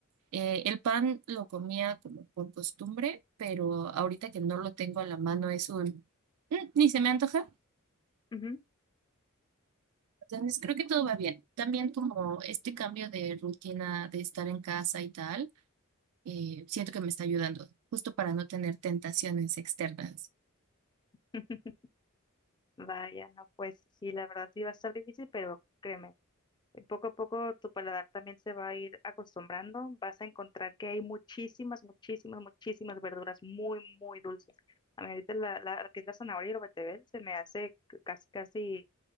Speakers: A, on the right; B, on the left.
A: Eh, el pan lo comía como por costumbre, pero ahorita que no lo tengo a la mano es un, "Mm, ni se me antoja.
B: ujú.
A: Entonces creo que todo va bien. También como este cambio de rutina de estar en casa y tal, eh, siento que me está ayudando, justo para no tener tentaciones externas.
B: <laughs> Vaya, no, pues sí, la verdad sí va a estar difícil, pero créeme, eh, poco a poco tu paladar también se va a ir acostumbrando, vas a encontrar que hay muchísimas, muchísimas, muchísimas verduras muy, muy dulces. A mí ahorita la, la, lo que es la zanahoria y el betabel se me hace c- casi, casi